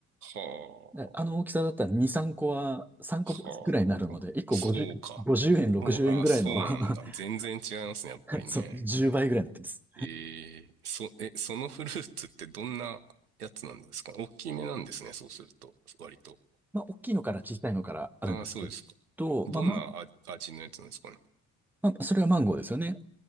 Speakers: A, on the right; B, in the centre.
A: あ。
B: であの大きさだったら2、3個は、3個ぐらいになるので、
A: はあ、
B: 1個50、
A: そうか。
B: 50円、60円ぐらいの
A: そう、あ、そうなんだ。
B: <laughs>
A: 全然違いますね、
B: <laughs>
A: やっぱりね。
B: そう、10倍ぐらいになってます。
A: ええそ、え、そのフルーツってどんなやつなんですか大きめなんですね、そうすると。割と。
B: まあ、大きいのから小さいのからあるんですけど、
A: ああ、そうですか。どんなあ味のやつなんですかね。
B: まあ、まあまあ、それはマンゴーですよね。